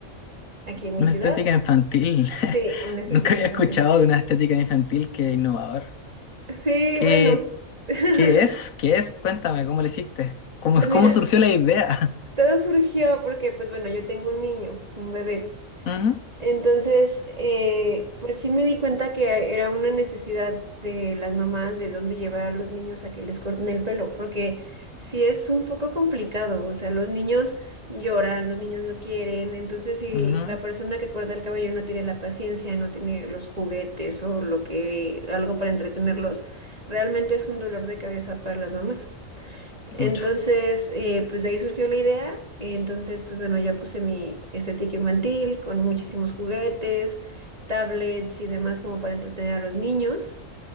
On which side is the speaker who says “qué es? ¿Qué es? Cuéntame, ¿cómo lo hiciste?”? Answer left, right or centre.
Left